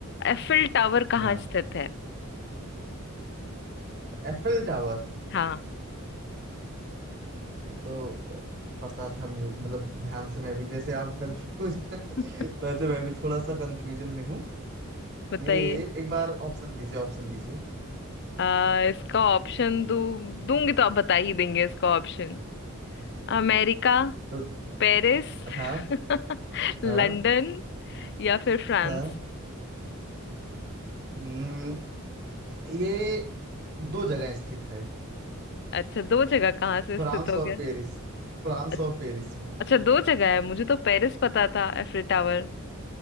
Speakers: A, on the left; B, on the right.
A: एफिल टावर कहाँ
B: हाँ
A: स्थित है
B: एफएल टावर
A: हाँ
B: ये तो पता था मुझे- मतलब ध्यान से मैं भी जैसे आप कंफ्यूज <laughs>
A: <laughs>
B: वैसे मैं भी थोड़ा सा कंफ्यूजन में हूँ
A: बताइए
B: ये एक बार ऑप्शन दीजिए ऑप्शन दीजिए
A: आ, इसका ऑप्शन दू दूंगी तो आप बता ही देंगे इसका ऑप्शन अमेरिका
B: तो
A: पेरिस
B: हाँ
A: <laughs> लंदन
B: हाँ
A: या फिर फ्रांस
B: हाँ हम्म, ये दो जगह स्थित है
A: अच्छा दो जगह कहाँ से
B: फ्रांस
A: स्थित हो
B: और
A: गया
B: पेरिस फ्रांस
A: अच-
B: और पेरिस
A: अच्छा दो जगह है मुझे तो पेरिस पता था एफिल टावर